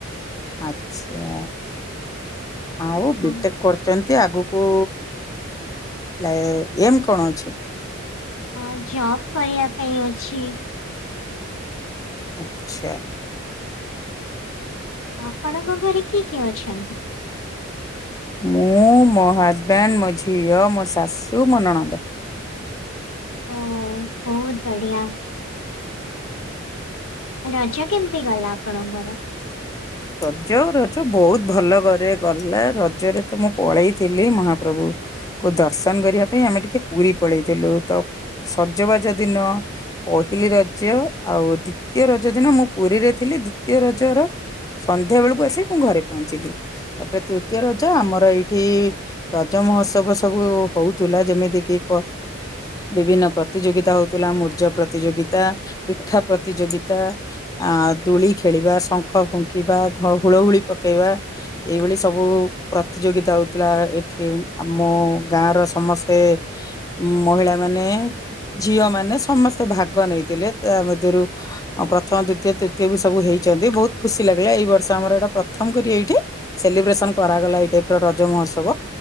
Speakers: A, on the left; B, on the left.
A: ଆଚ୍ଛା। ଆଉ
B: ହଁ।
A: ବିଟେକ୍ କରୁ ଚେନ୍ତି ଆଗକୁ ଏ ଏମ୍ କଣ ଅଛି?
B: ହଁ, ଜବ୍ କରିବା ପାଇଁ ଅଛି।
A: ଆଚ୍ଛା।
B: ଆପଣଙ୍କ ଘରେ କିଏ କିଏ ଅଛନ୍ତି?
A: ମୁଁ, ମୋ ହଜବେ୍ଣ୍ଡ, ମୋ ଝିଅ, ମୋ ଶାଶୁ, ମୋ ନଣନ୍ଦ।
B: ଓ ବହୁତ ବଢିଆ। ରଜ କେମିତି ଗଲା ଆପଣଙ୍କର?
A: ରଜ ରଜ ବହୁତ ଭଲ କରେ ଗଲା। ରଜରେ ତ ମୁଁ ପଳେଇଥିଲି ମହାପ୍ରଭୁ କୁ ଦର୍ଶନ କରିବା ପାଇଁ ଆମେ ଟିକେ ପୁରୀ ପଳେଇଥିଲୁ। ତ ସଜବାଜ ଦିନ ପହିଲି ରଜ ଆଉ ଦ୍ଵିତୀୟ ରଜ ଦିନ ମୁଁ ପୁରୀରେ ଥିଲି ଦ୍ଵିତୀୟ ରଜର ସନ୍ଧ୍ୟା ବେଳକୁ ଆସି ମୁଁ ଘରେ ପହଞ୍ଚିଲି ତାପରେ ତୃତୀୟ ରଜ ଆମର ଏଇଠି ରଜ ମହୋତ୍ସବ ସବୁ ହଉଥୁଲା ଯେମିତି କିି? ବିଭିନ୍ନ ପ୍ରତିଯୋଗିତା ହଉଥୁଲା ମୂର୍ଜ ପ୍ରତିଯୋଗିତା। ପିଠା ପ୍ରତିଯୋଗିତା, ଆ ଦୂଳି ଖେଳିବା, ଶଙ୍ଖ ଫୁକୁ କିବା ଘ ହୁଳହୁୁଳି ପକେଇବା। ଏଇଭଳି ସବୁ ପ୍ରତିଯୋଗିତା ହଉଥିଲା ଏଠି ଆମ ଗାଁ ର ସମସ୍ତେ। ଉଁ ମହିଳା ମାନେ ଝିଅ ମାନେ ସମସ୍ତେ ଭାଗ ନେଇଥିଲେ। ତା ସେତିରୁ ପ୍ରଥମ, ଦ୍ଵିତୀୟ, ତୃତୀୟ ବି ସବୁ ହେଇଛନ୍ତି ବହୁତ ଖୁସି। ପିଲା ପିଲା ଏଇ ବର୍ଷ ଆମର ଏଇଟା ପ୍ରଥମ କରି ଏଇଠି ସେଲିବ୍ରେସନ କରାଗଲା ଏଇଟା ପୁରା ରଜ ମହୋତ୍ସବ।